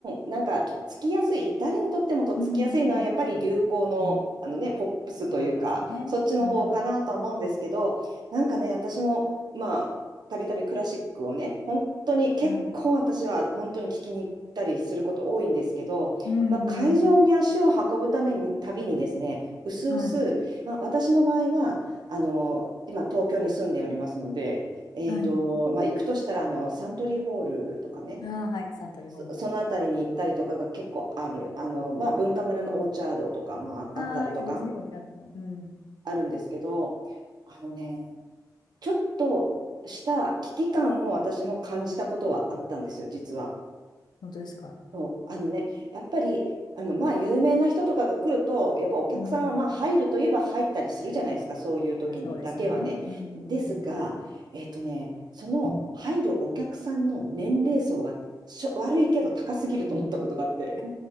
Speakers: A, on the right (about 80°); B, on the left (about 80°).
A: なんか、とっつきやすい、誰にとってもとっつきやすいのは、
B: うん
A: やっぱり流行の、あのね、ポップスというか、
B: そうですね。
A: そっちの方かなとは思うんですけど、
B: うん。
A: なんかね、私も、まあ、たびたびクラシックをね、本当に、結構私は本当に聞きに行ったりすること多いんですけど、
B: はい。うんうん
A: まあ、会場に足を運ぶために、たびにですね、うすうす、
B: はい
A: まあ、私の場合は、あの、今、東京に住んでおりますので、えっと、
B: はい
A: まあ、行くとしたら、あの、サントリーホールとかね、
B: ああ、はい、サントリーホール。
A: そ、そのあたりに行ったりとかが結構ある。あの、まあ、文化村のオーチャードとか、まあ、
B: ああ、
A: あったりとか、
B: いいですね、お茶も。うん。
A: あるんですけど、あのね、ちょっとした危機感を私も感じたことはあったんですよ、実は。
B: 本当ですか。
A: そう、あのね、やっぱり、あの、まあ、有名な人とかが来ると、やっぱお客さんは、
B: うん。
A: まあ、入るといえば入ったりするじゃないですか、そういう時にだけはね。
B: あ、そうですね。うん。
A: ですが、
B: い
A: えっとね、その入るお客さんの年齢層がしょ悪いけど高すぎると思ったことがあって。
B: や、